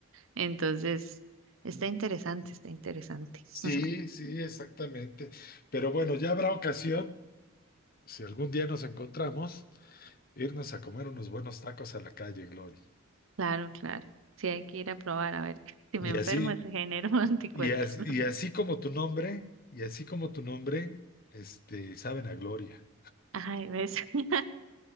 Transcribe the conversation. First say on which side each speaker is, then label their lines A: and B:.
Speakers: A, on the right; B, on the left.
A: Entonces, está interesante, está interesante.
B: Sí,
A: <laughs>
B: sí, exactamente. Pero bueno, ya habrá ocasión, si algún día nos encontramos, irnos a comer unos buenos tacos a la calle, Glory.
A: Claro, claro. Sí, hay que ir a probar, a ver. <laughs> Si
B: Y
A: me enfermo,
B: así,
A: es genero <laughs> anticuerpos.
B: y así, y así como tu nombre, y así como tu nombre, este, saben a gloria.
A: Ay, ves. <laughs>